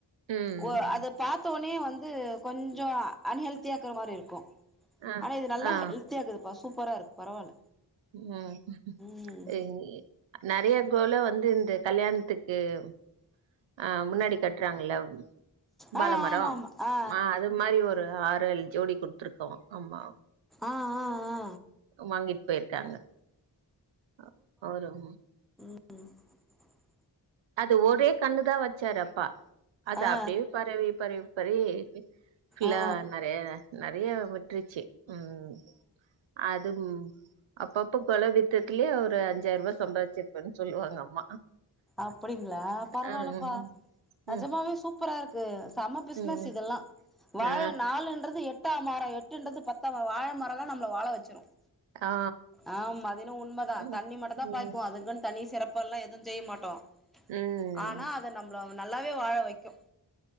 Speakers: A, on the right; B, in the centre.
A: ம்.
B: ஓ அத பாத்து. த்தனோ வந்து கொஞ்சொ அ அன் ஹெல்தியாக்கற மாரி இருக்கும்.
A: ஆ.
B: ஆனா இது நல்லா
A: ஆ.
B: ஹெல்தியாகுதுப்பா சூப்பரா இருக். பரவால்ல
A: ம்
B: ம்
A: இ நறைய க்கோல வந்து இந்த கல்யாண்த்துக். க்குப் ஆ முன்னாடி கட்றாங்கள்ல வ் வாழமரம்
B: ஆ ஆமா ஆமா ஆ
A: மா அது மாரி ஒரு ஆறு ஏழ் ஜோடி குடுத்துருக்கோம். அம்மா
B: ஆ ஆ ஆ
A: வாங்கிட் போய்ர்க்காங்க அ ஒரு ம்
B: ம்
A: அது ஒரே கன்னுதா வச்சாரு அப்பா அது
B: ஆ
A: அப்டியே பரவி பரவி பரவி க்கு ல்ல
B: ஆ
A: நறைய நறைய விட்ருச்சு ம் அதும் அப்ப அப்ப கொல வித்ததலே அவுர் து அஞ்சாயிரபா சம்பாச் வச்சிர்ப்பேன் சொல்வாங்க அம்மா
B: அப்டிங்களா பரவால்லப்பா
A: ம்.
B: நெஜமாவே
A: ம்
B: சூப்பரா இருக் <unintelligible> செம்ம பிஸ்னஸ்
A: ம்
B: இதெல்லா வாழ
A: ஆ
B: நாலுன்றது எட் பத்தா மரம் எட்டுன்றது பத்தாம்ரம் வாழ மரம்ல்லா நம்மள வாழ வச்சுரும்.
A: ஆ
B: ஆஹ் அது என்மோ உண்மை தான்
A: ம்
B: தண்ணி மட்டும் தான்
A: ம்
B: பாய்க்குவோம் அதுங்கன்னு தண்ணி சிறப்பு எல்லாம் எதுவும் மே மாட் <unintelligible> டோம்
A: ம்
B: ஆனா அத நம்மள நல்லாவே வாழ வைக்கும்